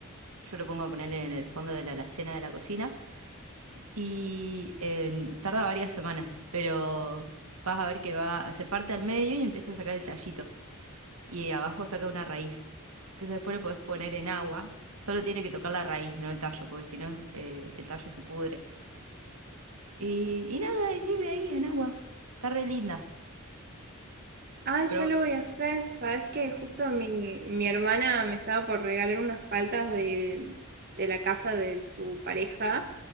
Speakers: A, on the right; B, on the right.
A: Yo lo pongo a ponerle en el fondo de la alacena de la cocina. y eh, tarda varias semanas, pero vas a ver que va, se parte al medio y empieza a sacar el tallito. Y abajo saca una raíz. Entonces después lo podés poner en agua. Solo tiene que tocar la raíz, no el tallo, porque si no eh, el tallo se pudre. Y, y nada, y vive ahí en agua. Está re linda.
B: Ay,
A: Pero,
B: yo lo voy a hacer. Sabes que justo mi, mi hermana me estaba por regalar unas paltas de, de la casa de su pareja.